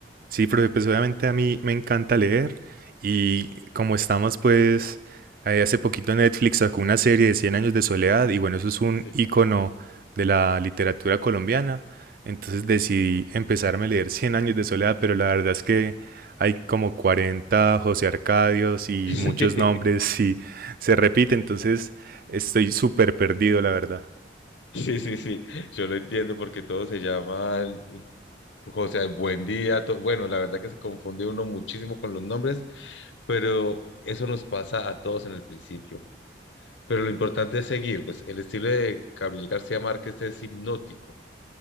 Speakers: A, on the right (about 50°); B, on the left (about 85°).
A: Sí, profe, pues obviamente a mí me encanta leer y como estamos pues eh, hace poquito Netflix sacó una serie de Cien años de soledad y bueno, eso es un
B: Sí.
A: icono de la literatura colombiana, entonces decidí empezarme a leer Cien años de soledad, pero la verdad es que hay como 40 José Arcadios y
B: <laughs>
A: muchos nombres y se repite, entonces estoy súper perdido, la verdad.
B: Sí, sí, sí, sí, yo lo entiendo porque todos se llaman José, buen día. to- Bueno, la verdad que se confunde uno muchísimo con los nombres, pero eso nos pasa a todos en el principio. Pero lo importante es seguir, pues el estilo de Gabriel García Márquez es hipnótico